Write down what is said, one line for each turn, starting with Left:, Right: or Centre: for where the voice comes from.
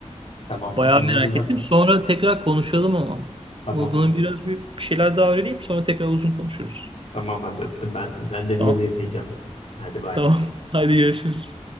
Left: Tamam
Right: Bayağı
Left: o sen ona
Right: merak
Left: bir bak.
Right: ettim. Sonra tekrar konuşalım ama.
Left: Tamam.
Right: Bu- Bunu biraz bir bir şeyler daha öğreneyim. Sonra tekrar uzun konuşuruz.
Left: Tamam hadi öptüm ben. Ben de Wheel'i
Right: Tamam.
Left: izleyeceğim. Hadi bay.
Right: Tamam. <laughs> Haydi görüşürüz.